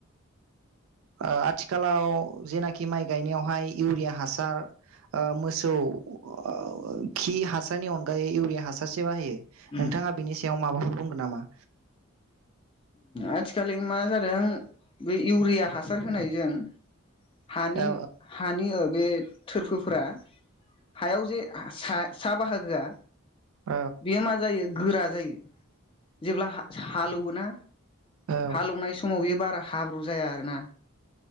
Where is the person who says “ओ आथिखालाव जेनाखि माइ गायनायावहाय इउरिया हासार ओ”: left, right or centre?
Right